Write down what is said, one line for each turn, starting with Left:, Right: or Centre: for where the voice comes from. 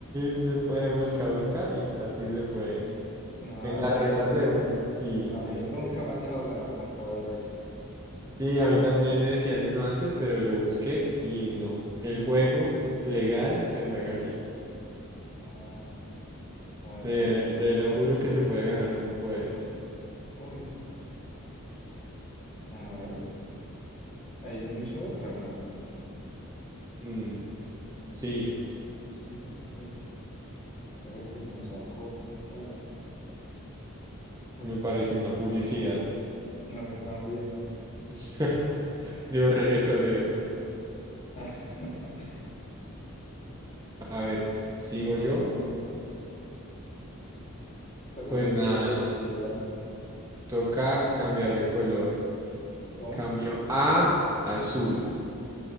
Right: sí se puede, busca, busca y sabes que sí se puede.
Left: No,
Right: En las
Left: a mí,
Right: reglas
Left: nu-
Right: de uno, sí,
Left: a mí
Right: en
Left: nunca
Right: serio.
Left: me han dejado ganar con poderes.
Right: Sí, a mí también me decían eso antes, pero yo busqué y no. El juego legal se juega así.
Left: No, a ver,
Right: Te,
Left: entonces,
Right: te lo juro que se puede ganar con poderes.
Left: uy, a ver, ahí ya inició otra, ¿no?
Right: Mm, sí,
Left: Sí, uy, era que me sacó. Bueno, uy,
Right: me parece una publicidad.
Left: a mí también.
Right: <laughs> Yo reggaetonero.
Left: <laughs>
Right: A ver, sigo
Left: No,
Right: yo.
Left: pero
Right: Pues
Left: mucha
Right: nada,
Left: publicidad.
Right: toca cambiar de color.
Left: ¿Cómo?
Right: Cambio a azul.